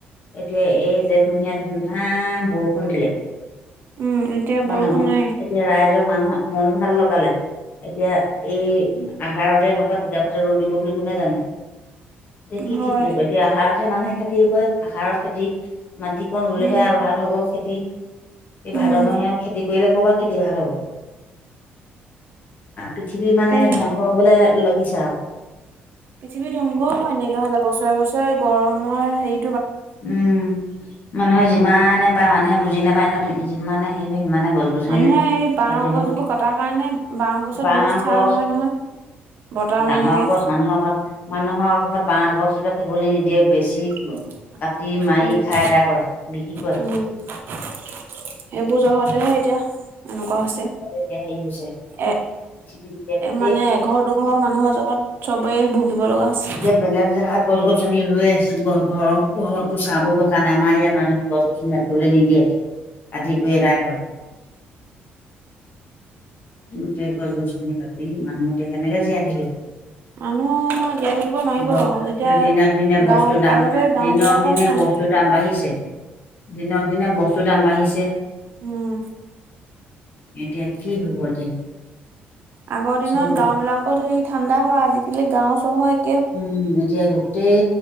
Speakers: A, on the left; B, on the right.
A: এতিয়া এই জেঠমহীয়া ধুমধাম বৰষুণ দিলে।
B: উম এতিয়া
A: মানুহক
B: বৰষুণ নাই
A: এতিয়া ৰাইজক মানুহ মন ভাল লগালে। এতিয়া এই আহাৰতে এনেকুৱা টিকাফতা ৰ'দ দিব বুলি কোনে জানে এতিয়া কি
B: হয়
A: খেতি হব এতিয়া আহাৰতে মানুহে খেতি কৰে আহাৰৰ খেতি মাটিকণ ৰুলেহে
B: উম
A: ভাল হ'ব খেতি এই
B: উম
A: ভাদমহীয়া খেতি কৰিলে কৰ'বাত খেতি ভাল হ'ব পৃথিৱী মানে
B: তাকেহে
A: ধ্বংস হবলৈ লাগিছে আৰু
B: পৃথিৱী ধ্বংস এনেকে হলে বছৰে বছৰে গৰমৰ হেৰি
A: উম মানুহে যিমানে পায় মানুহে বুজি নাপায় নহয় যিমানে সেই সিমানে গছ গছনি
B: মানুহে এই বাঁহ
A: কাতিবই
B: গছবোৰ কটাৰ কাৰণে গছত
A: বাঁহ
B: বহুত ছাঁ
A: গছ
B: হয় নহয়। বতাহ মাৰি
A: ডাঙৰ
B: থাকে
A: গছ মানুহৰ ঘৰত মানুহৰ ঘৰত বাঁহ গছ এজোপা থাকিবলৈ নিদিয়ে বেছি
B: উম
A: কাটি
B: উম
A: মাৰি খাই আদায় কৰে
B: সেইবোৰ
A: বিক্ৰী কৰে
B: জহতহে এতিয়া এনেকুৱা হৈছে
A: এতিয়া হেৰি হৈছে
B: এ
A: <unintelligible>
B: এ
A: <inaudible>
B: মানে এঘৰ দুঘৰ মানুহৰ জহত চবেই ভুগিব লগা হৈছে।
A: এইবিলাক জেগাত গছ গছনি ৰুয়ে আছ ঘৰৰ ঘৰতো চাহ পৰিৰ কাৰণে আমাৰ ইয়াত মানুহ গছ-গছনি ৰাখিবলৈ নিদিয়ে কাটি কুয়ি এদায় কৰে গোটেই গছ গছনি কাটি মানুহ এতিয়া কেনেকে জীয়াই থাকিব
B: মানুহ জীয়াই থাকিব নোৱাৰিব
A: ব
B: এতিয়া
A: দিনক দিনে
B: গাঁও
A: বস্তু দাম
B: আগতে গাঁও
A: দিনক
B: বিলাকত
A: দিনে
B: ঠান
A: বস্তু দাম বাঢ়িছে দিনক দিনে বস্তুৰ দাম বাঢ়িছে
B: উম
A: এতিয়া কি হব এতিয়া
B: আগৰ দিনত
A: চব
B: গাওঁবিলাকত সেই ঠাণ্ডা হয় আজিকালি গাওঁ চহৰত
A: উম এতিয়া গোটেই